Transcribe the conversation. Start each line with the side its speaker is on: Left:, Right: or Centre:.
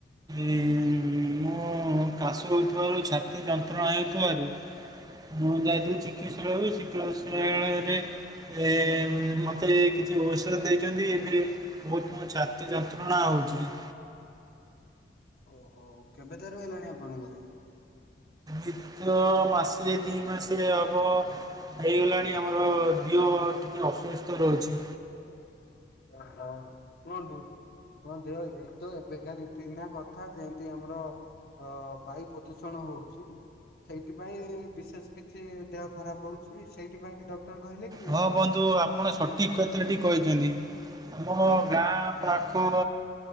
Right: ଏଇ ମୁଁ କାଶ ହଉ ଥିବାରୁ ଛାତି ଯନ୍ତ୍ରଣା ହେଉଥିବାରୁ। ମୁଁ ଯାଇଥିଲୁ ଚିକିତ୍ସାଳୟରୁ ଚିକିତସାଳୟରେ ଏ ମତେ କିଛି ଔଷଧ ଦେଇଛନ୍ତି ଏବେ। ବହୁତ ମୋ ଛାତି ଯନ୍ତ୍ରଣା ହଉଛି।
Left: ଓହୋ କେବେ ଠାରୁ ହେଲାଣି ଆପଣଙ୍କର?
Right: ଦିତ ମାସେ ଦି ମାସେ ହବ। ହେଇଗଲାଣି ଆମର ଦିହ ଟିକେ ଅସୁସ୍ଥ ରହୁଛି।
Left: ଓ ହୋ କୁହନ୍ତୁ? ଆପଣଙ୍କ ଦେହ ଏତେ ଏବେକା ଦି ତିନ ଦିନ କଥା ଯେମିତି ଆମର ହଁ ବାୟୁ ପ୍ରଦୂଷଣ ହଉଛି। ସେଇଥିପାଇଁ ବିଶେଷ୍ କିଛି ଦେହ ଖରାପ ହୋଉଛି ସେଇଥି ପାଇଁ କି ଡକ୍ଟର୍ କହିଲେ କି
Right: ହଁ
Left: ଆପଣଙ୍କୁ?
Right: ବନ୍ଧୁ ଆ ପଣ ସଠିକ୍ କଥା ଟା ଠିକ୍ କହିଛନ୍ତି ଆମ ଗାଁ ପାଖ।